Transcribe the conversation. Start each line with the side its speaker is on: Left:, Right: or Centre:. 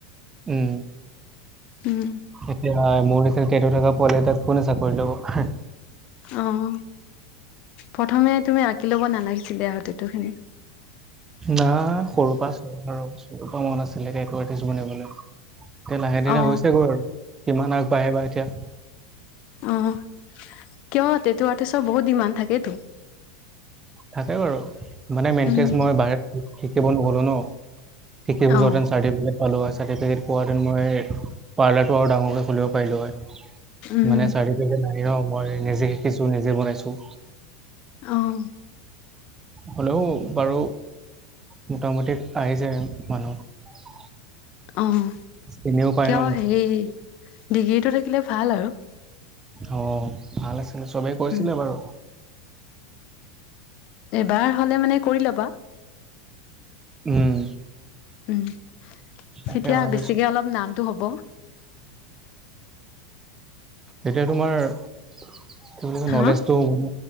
Right: উম।
Left: উম।
Right: এতিয়া মোৰ নিচিনাকে এইটো ধৰিলওক পোৱালি এটাক কোনে চাকৰিত ল'ব।
Left: অ প্ৰথমে তুমি আঁকি ল'ব নালাগিছিলে আৰু টেটো খিনি।
Right: যাৰ সৰুৰ পৰা আৰু পৰা মন আছিলে এতিয়া টেটু আৰ্টিষ্ট বনিবলৈ। এই লাহে ধীৰে
Left: অ
Right: গৈছে গৈ আৰু কিমান আগবাঢ়ে বা এতিয়া।
Left: অ' কিয় টেটু আৰ্টিষ্ট বহুত ডিমাণ্ড থাকেতো।
Right: থাকে বাৰু মানে মেনকেজ
Left: উম
Right: মই বাহিৰত শিকিব নগলো ন। ঠিকে গোজত
Left: অ
Right: এনছাৰ দিয়ে বোলে। পালোঁ হয়, চাৰ্টিফিকেট পোৱাহেঁতেন, মই পাৰ্লাৰটো আৰু ডাঙৰকৈ খোলিব পাৰিলোঁ হয়।
Left: উম
Right: মানে চাৰ্টিফিকেট নাই ৰ মই নিজে শিকিছোঁ, নিজে বনাইছোঁ।
Left: অহ'
Right: হ'লেও বাৰু। মোটামুটি আহিছেহে মানুহ।
Left: অ'
Right: চিনিও পায়
Left: কিয়
Right: ন মোক।
Left: হেৰি ডিগ্ৰীটো থাকিলে ভাল আৰু
Right: অ' ভাল আছিলে, চবেই কৈছিলে
Left: উম
Right: বাৰু।
Left: এবাৰ হ'লে মানে কৰি ল'বা।
Right: উম।
Left: উম,
Right: তাকে
Left: তেতিয়া
Right: ভাবিছো
Left: বেছিকে অলপ নামটো হ'ব।
Right: এতিয়া, তোমাৰ কি বুলি কয়
Left: হা
Right: নলেজ টো হ'ব,